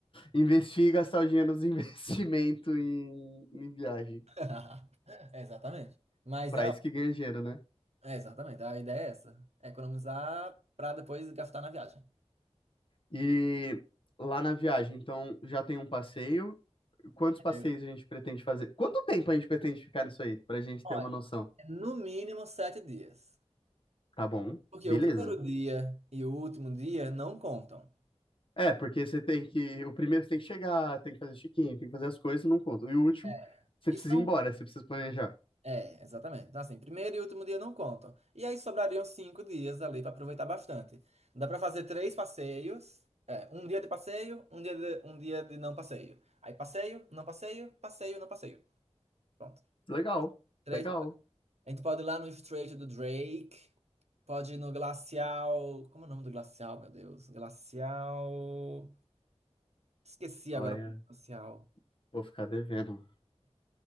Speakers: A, on the left; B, on the right.
A: Investir e gastar o dinheiro dos <laughs> investimentos em, em viagem.
B: <laughs> Exatamente. Mas
A: Pra
B: é,
A: isso que ganha dinheiro, né?
B: é, exatamente, a ideia é essa. É economizar para depois gastar na viagem.
A: E lá na viagem, então, já tem um passeio. Quantos passeios
B: É,
A: a gente pretende fazer? Quanto tempo a gente pretende ficar nisso aí? Pra gente
B: ó,
A: ter uma noção.
B: é no mínimo sete dias.
A: Tá bom,
B: Porque
A: beleza.
B: o primeiro dia e o último dia não contam.
A: É, porque você tem que. O primeiro você tem que chegar, tem que fazer check-in, tem que fazer as coisas, não conta. E o último,
B: É.
A: você
B: E
A: precisa
B: são
A: ir embora, você precisa planejar.
B: É, exatamente. Então, assim, primeiro e último dia não contam. E aí sobrariam cinco dias ali para aproveitar bastante. Dá para fazer três passeios. É, um dia de passeio, um dia de, um dia de não passeio. Aí passeio, não passeio, passeio, não passeio. Pronto.
A: Legal,
B: Três.
A: legal.
B: A gente pode ir lá no Estreito do Drake. Pode ir no Glacial. Como é o nome do glacial, meu Deus? Glacial. Esqueci
A: Olha,
B: agora o nome do glacial.
A: vou ficar devendo.